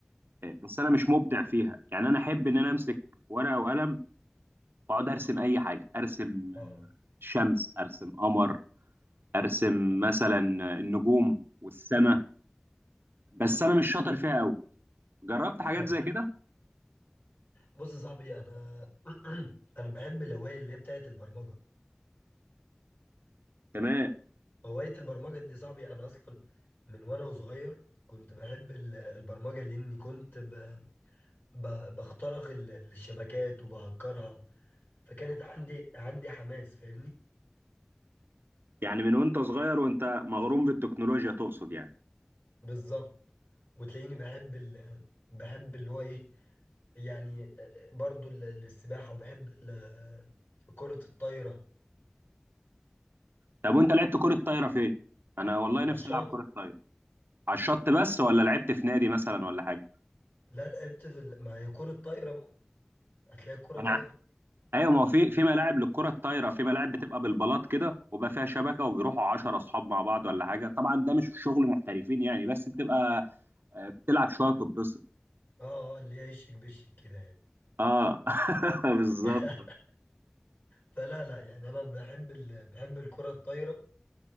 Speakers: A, on the right; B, on the left.
A: آه، بس انا مش مبدع فيها يعني انا احب ان انا امسك ورقة وقلم واقعد ارسم اي حاجة ارسم
B: اه
A: آه، شمس ارسم قمر ارسم مثلا النجوم والسماء بس انا مش شاطر فيها قوي جربت حاجات
B: فاهم
A: زي كده
B: بص يا صاحبي انا <clears throat> انا بحب الهواية اللي هي بتاعت البرمجة
A: تمام
B: هواية البرمجة دي صاحبي أنا أصلا من وأنا صغير كنت بحب ال- البرمجة لأني كنت ب... ب... بخترق ال- الشبكات وبهكرها فكانت عندي عندي حماس فاهمني
A: يعني من وانت صغير وانت مغروم بالتكنولوجيا تقصد يعني
B: بالظبط وتلاقيني بحب ال... بحب اللي هو إيه يعني آه، برضو ال- السباحة وبحب ال... كرة الطايرة
A: طب وانت لعبت كرة طايرة فين انا والله
B: على
A: نفسي
B: الشاطئ
A: العب كرة طايرة على الشط بس ولا لعبت في نادي مثلا ولا حاجة
B: لا لعبت في ال... ما هي كرة طايرة بقى هتلاقي كرة
A: انا
B: طايرة
A: ايوه ما هو في في ملاعب للكرة الطايرة في ملاعب بتبقى بالبلاط كده وبقى فيها شبكة وبيروحوا 10 اصحاب مع بعض ولا حاجة طبعا ده مش شغل محترفين يعني بس بتبقى آه، بتلعب شوية وتتبسط
B: اه اه اللي هي يشك بشك كده يعني
A: اه <laughs> بالظبط
B: <laughs> فلا لا يعني انا بحب ال... بحب الكرة الطايرة